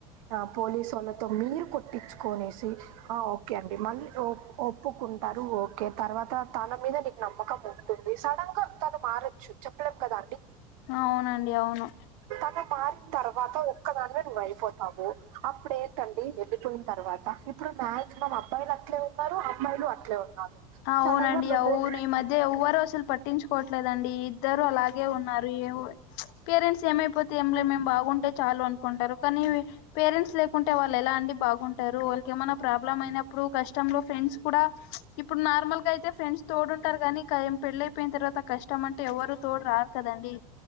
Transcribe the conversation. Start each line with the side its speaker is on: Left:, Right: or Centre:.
Right: ఆ పోలీసోళ్లతో మీరు కొట్టిచ్చుకొనేసి ఆ ఓకే అండి మళ్ళీ ఓ ఒప్పుకుంట్ టారు ఓకే తర్వాత తన మీద నీకు నమ్మకం ఉంటుంది సడన్ గా తను మారొచ్చు చెప్పలేం కదా అండి
Left: అవునండి అవును
Right: తను మారిన్తర్వాత ఒక్ క్కదానివే నువ్ అయిపోతావు అప్పుడేంటండి వెళ్ళిపోయిన్తర్వాత ఇప్పుడు మాక్సిమం అబ్బాయిలు అట్లే ఉన్నారు, అమ్మాయిలు అట్లే ఉన్నారు
Left: అవునండి
Right: సడన్ గా నువ్వు
Left: అవును ఈ మధ్య ఎవ్వరు అసలు పట్టించుకోట్లేదండి ఇద్దర్ రు అలాగే ఉన్నారు ఏమో పేరెంట్స్ ఏమైపోతే ఏమ్లే మేం బాగుంటే చాలు అనుకుంటరు కనీ పేరెంట్స్ లేకుంటే వాళ్ళు ఎలా అండి బాగుంటారు వాళ్ళకేమన్న ప్రాబ్లం అయినప్పుడు కష్టంలో ఫ్రెండ్స్ కూడా ఇప్పుడు నార్మల్ గయితే ఫ్రెండ్స్ తోడుంటారు కనీ క ఏం పెళ్ళయిపోయిన్తర్వాత కష్టం అంటే ఎవరు తోడు రారు కదండి